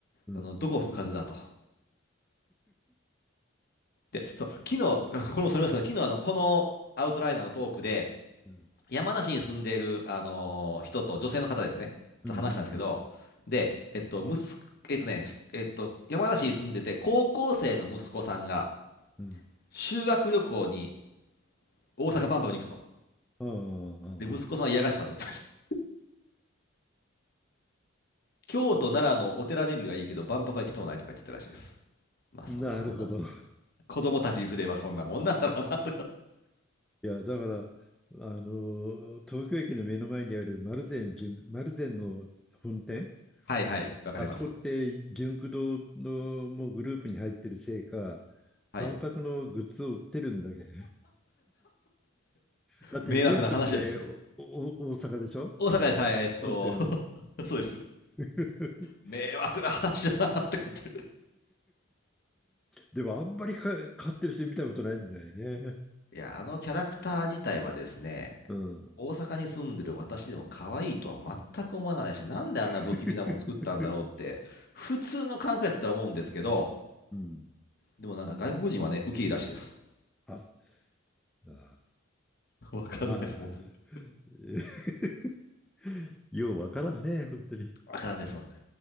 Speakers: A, in the centre; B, on the left.
A: うん。
B: あの、どこ吹かずだと。で、そう、昨日、<laughs> これもそれますけど、昨日、あの、このアウトライナーのトークで、
A: うん。
B: 山梨に住んでいる、あのー人と女性の方ですね、
A: うん。
B: と話したんですけど、
A: うん。うん。
B: で、えっと、息子、えっとね、えっと、山梨に住んでて、高校生の息子さんが
A: うん。
B: 修学旅行に大阪万博に行くと。
A: ああ、あ
B: で、息子さんは嫌がってたと言ってました。
A: あ、あ
B: 京都、奈良のお寺巡りはいいけど、万博は行きとうないとか言ってたらしいです。まあ、
A: あ。
B: そんなもんな。
A: なるほど。
B: 子供たちにすればそんなもんなんだろうな。
A: いや、だから、あの、東京駅の目の前にある丸善純、丸善の本店、
B: <laughs> はいはい、わかります。
A: あそこって純駆動のもうグループに入ってるせいか、
B: はい。
A: 万博のグッズを売ってるんだけど。だって純駆っておお大阪でしょ
B: 迷惑な話です。大阪でさえ、えっと、
A: 本店ね。
B: <laughs> そうです。
A: <laughs>
B: 迷惑な話だなってこと
A: でもあんまりか買ってる人見たことないんだよね。
B: いや、あのキャラクター自体はですね、
A: うん。
B: 大阪に住んでる私でも可愛いとは全く思わないし、なんであんな不気味なもの作ったんだろうって、
A: <laughs>
B: 普通の韓国やったら思うんですけど、
A: うん。
B: でもなんか外国人はね、ウケいいらしいです。
A: あ、あー
B: <laughs> わかんないです、
A: まあ、
B: もう。
A: <laughs> ようわからんね、本当に。
B: わからんです、そんなの